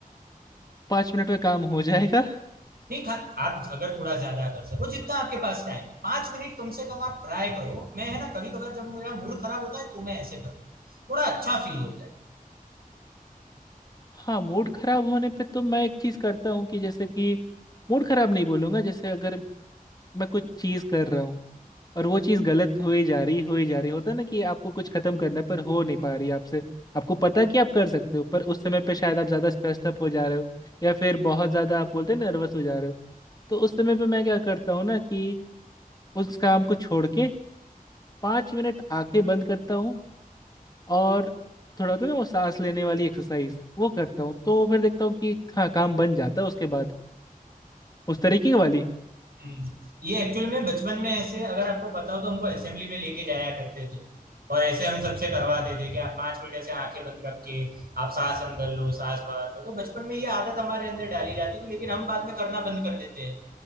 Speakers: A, on the left; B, on the right.
A: पाँच मिनट में काम हो जाएगा
B: नहीं खा आप अगर थोड़ा ज्यादा कर सको जितना आपके पास टाइम है पांच मिनट कम से कम आप ट्राई करो मैं है ना कभी कभार जब मेरा मूड खराब होता है तो मैं ऐसे करता हूँ थोड़ा अच्छा फील होता है
A: हाँ मूड खराब होने पे तो मैं एक चीज करता हूँ कि जैसे कि मूड खराब नहीं बोलूंगा जैसे अगर मैं कुछ चीज कर रहा हूँ और वो चीज़ गलत हो ही जा रही हो ही जा रही होता है ना कि आपको कुछ खत्म करना है, पर हो नहीं पा रही आपसे आपको पता है कि आप कर सकते हो पर उस समय पे शायद आप ज़्यादा स्ट्रेस्ड अप हो जा रहे हो या फिर बहुत ज़्यादा आप बोलते हैं नर्वस हो जा रहे हो तो उस समय पे मैं क्या करता हूँ ना कि उस काम को छोड़ के पाँच मिनट आंखें बंद करता हूँ और थोड़ा होता है ना वो सांस लेने वाली एक्सरसाइज वो करता हूँ तो फिर देखता हूँ कि हाँ काम बन जाता है उसके बाद उस तरीके वाली
B: हम्म, ये एक्चुअल में बचपन में ऐसे अगर आपको पता हो तो हमको असेंबली में लेके जाया करते थे और ऐसे हम सबसे करवाते थे कि आप पांच मिनट ऐसे आंखें बंद रख के आप सांस अंदर लो सांस बाहर लो तो बचपन में ये आदत हमारे अंदर डाली जाती थी लेकिन हम बाद में करना बंद कर देते हैं